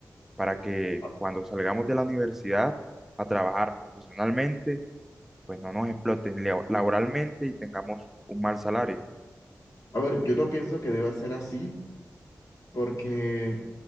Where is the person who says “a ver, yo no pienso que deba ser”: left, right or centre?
Left